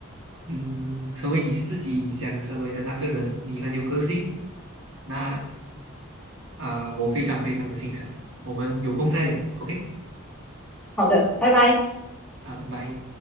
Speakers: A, on the right; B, in the centre.
A: 嗯，成为你自己想成为的那个人，你很有个性。那啊、我非常非常的欣赏。我们有空再聊，OK？
B: 好的，拜拜。
A: 好的，拜。